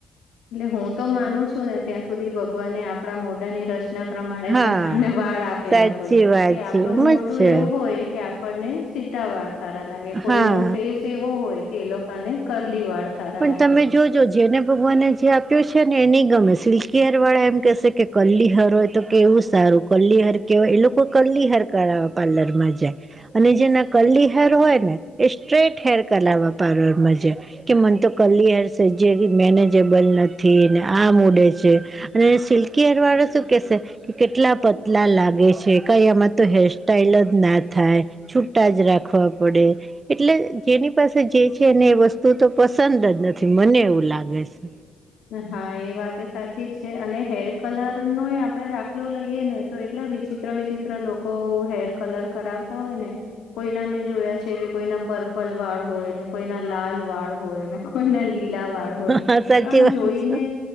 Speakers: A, on the left; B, on the right.
A: એટલે હું તો માનું છું ને ત્યાં સુધી ભગવાનને આપડા મોઢાની રચના પ્રમાણે
B: હા
A: જ આપણને વાળ આપેલા
B: સાચી
A: હોય
B: વાત
A: કે આપણું
B: છે એમ
A: મોઢું
B: જ છે
A: એવું હોય કે આપણને સીધા વાળ સારા લાગે કોઈ
B: હા
A: નું ફેસ એવો હોય કે એ લોકોને કરલી વાળ સારા
B: પણ
A: લાગે.
B: તમે જોજો જેને ભગવાને જે આપ્યો છે ને એ ન ગમે સિલ્કી હેયર વાળા એમ કહેશે કે કરલી હેર હોય તો કેવું સારું કરલી હેર કેવા એ લોકો કરલી હેર કરવા પાર્લર માં જાય અને જેના કલી હેર હોય ને એ સ્ટ્રેટ હેર કરાવવા પાર્લરમા જઈ કે મને તો કરલી હેર સહેજે બી મેનેજેબલ નથી ને આમ ઉડે છે. અને સિલ્કી હેર વાળુ શું કેશે એટલા પતલા લાગે છે કઈ એમાં તો હેરસ્ટાઈલ જ ના થાય છૂટા જ રાખવા પડે એટલે જેની પાસે જે છે એને એ વસ્તુ તું તો પસંદ જ નથી મને એવું લાગે છે.
A: હા એ વાત સાચી જ છે અને હેર કલર નો આપડે દાખલો લઈએ ને તો એટલા વિચિત્ર ચિત્ર વિચિત્ર લોકો હેર કલર કરાવતા હોય ને કોઈના મેં જોયા છે કે કોઈના પર્પલ વાળ હોય ને કોઈના લાલ વાળ હોય ને કોઈને લીલા વાર હોય
B: હા સાચી
A: આમ
B: વાત
A: જોઈને
B: છે